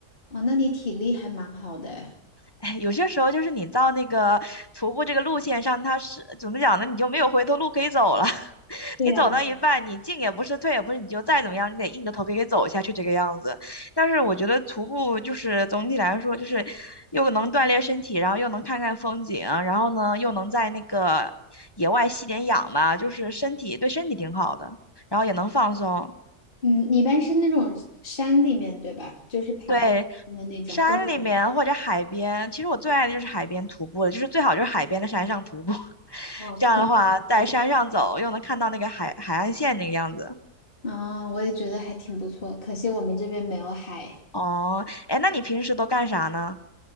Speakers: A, on the left; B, on the left.
A: 哦，那你体力还蛮好的哎。
B: 哎，有些时候就是你到那个徒步这个路线上，它是怎么讲呢？你就没有回头路可以走了。
A: 对呀，
B: 你走到一半，你进也不是，退也不是，你就再怎么样，你得硬着头皮给走下去这个样子。但是我觉得徒步就是总体来说，就是又能锻炼身体，然后又能看看风景，然后呢又能在那个野外吸点氧吧，就是身体对身体挺好的，然后也能放松。
A: 嗯，你一般是那种山里面对吧？就是爬爬山的那种公园。
B: 对，山里面或者海边，其实我最爱的就是海边徒步了，就是最好就是海边的山上徒步，<laughs>
A: 哦，
B: 这样的话在山上走又能看到那个海海岸线那个样子。
A: 可惜我们这边。啊，我也觉得还挺不错，可惜我们这边没有海。
B: 哦，哎，那你平时都干啥呢？